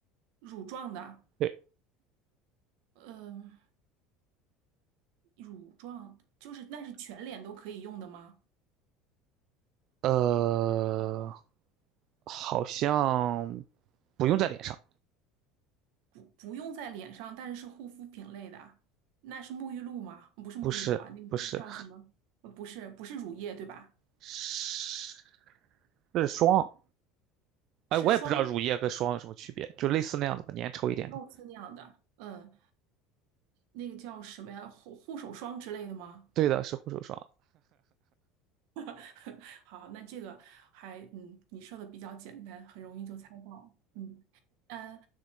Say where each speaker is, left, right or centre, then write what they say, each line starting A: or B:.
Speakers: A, on the right; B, on the right.
A: 乳状的？
B: 对，
A: 嗯、乳状就是那是全脸都可以用的吗？
B: 呃，好像不用在脸上，
A: 不不用在脸上，但是是护肤品类的啊那是沐浴露吗？不是沐浴露啊，
B: 不是不是
A: 那个叫什么？呃，不是，不是乳液对吧？
B: 是是霜。
A: 是霜类，
B: 哎，我也不知道乳液跟霜有什么区别，就类似那样的吧，粘稠一点的。
A: 露丝那样的，嗯，那个叫什么呀？护护手霜之类的吗？
B: 对的，是护手霜。
A: <laughs> 好，那这个还嗯，你说的比较简单，很容易就猜到，嗯，嗯